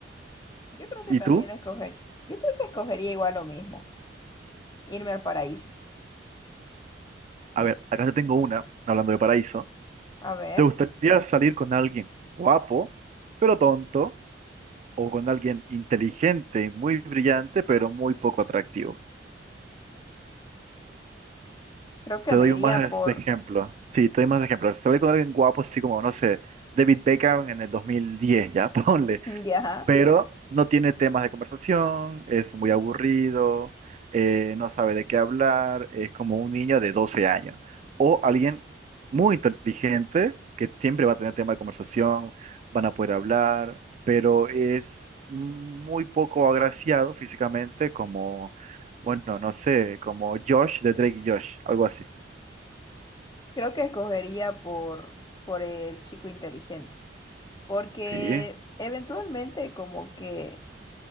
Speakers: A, on the left; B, on the right.
A: Yo creo que
B: ¿Y
A: también
B: tú?
A: escoger, yo creo que escogería igual lo mismo, irme al paraíso.
B: A ver, acá te tengo una, hablando de paraíso.
A: A ver,
B: ¿Te gustaría salir con alguien guapo, pero tonto? o con alguien inteligente y muy brillante, pero muy poco atractivo.
A: creo que
B: Te
A: me
B: doy
A: iría
B: más
A: por,
B: ejemplos. Sí, te doy más ejemplos. se Sale con alguien guapo, así como, no sé, David Beckham en el 2010, ya, <laughs> ponle.
A: <laughs> ya,
B: pero no tiene temas de conversación, es muy aburrido, eh, no sabe de qué hablar, es como un niño de 12 años o alguien muy inteligente que siempre va a tener tema de conversación, van a poder hablar, pero es muy poco agraciado físicamente como, bueno, no sé, como Josh de Drake y Josh, algo así.
A: creo que escogería por, por el chico inteligente, porque
B: Sí.
A: eventualmente como que